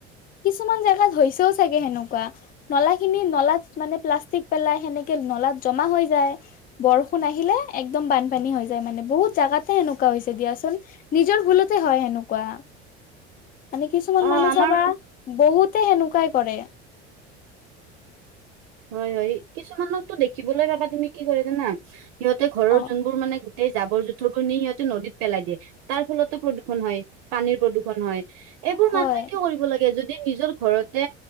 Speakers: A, on the left; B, on the right.
A: কিছুমান জেগাত হৈছেও চাগে সেনেকুৱা। নলা খিনি, নলাত মানে প্লাষ্টিক পেলাই সেনেকে নলাত জমা হৈ যায়। বৰষুণ আহিলে একদম বানপানী হৈ যায়, মানে বহুত জেগাতে এনেকুৱা হৈছে দিয়াচোন। নিজৰ ভুলতে হয় সেনেকুৱা। মানে কিছুমান
B: অ
A: মানুহ
B: আমাৰ
A: চাবা, বহুতে সেনেকুৱাই কৰে।
B: হয়, হয় কিছুমানকটো দেখিবলৈ পাবা, তুমি কি কৰে জানা, সিহঁতে ঘৰৰ
A: অ
B: যোনবোৰ মানে এই জাবৰ-জোথৰবোৰ নি সিহঁতে নদীত পেলাই দিয়ে। তাৰ ফলতো প্ৰদূষণ হয়, পানীৰ প্ৰদূষণ হয়। এইবোৰ
A: হয়
B: মানুহে কিয় কৰিব লাগে, যদি নিজৰ ঘৰতে